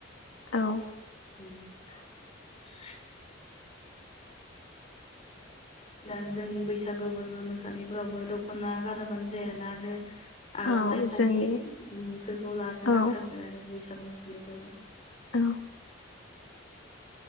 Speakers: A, on the left; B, on the left.
A: औ।
B: <inaudible> दा जों बैसागो फोर मोसानाय फोरावबो दख'ना गानाबानो जायाना आरो
A: औ
B: आर'नाइ फालि
A: जोंनि
B: बेफोरखौ लाथार
A: औ
B: नांथारगो आरो बैसागु मोसानायफोराव ।
A: औ।